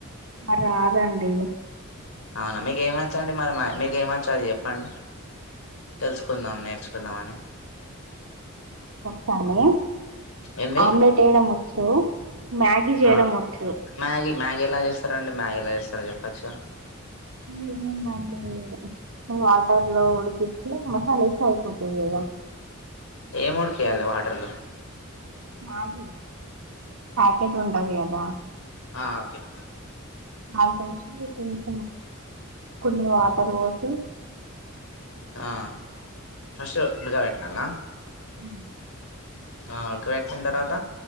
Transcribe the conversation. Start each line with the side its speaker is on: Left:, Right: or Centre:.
Right: రాదండి
Left: అవునా మీకేమచండి మరి మీకేమచ్చు అది చెప్పండి, తెలుసుకుందాం. నేర్చుకుందామని.
Right: చాలయే
Left: ఏంది
Right: ఆమ్లెట్ ఏయడం వచ్చు. మ్యాగీ చేయడం
Left: ఆ
Right: వచ్చదు
Left: మ్యాగీ మ్యాగీ ఎలా చేస్తారా అండి మ్యాగీ ఎలా చేస్తారా చెప్పచ్చు
Right: ఏముందండి వాటర్ లో ఉడికించి మసాలా ఇస్ అయిపోతుది కదా
Left: ఏ మోడికియాలి వాటర్లో
Right: అగే పేజ ఉండది అదా
Left: ఆ ఓకే ఓకే
Right: వాష కొంచ కొన్ని వాటర్ రోసు
Left: ఆ ఫస్ట్ బడుగా వెట్నాల
Right: ఉ
Left: ఆకి వ్యాట తర్వాత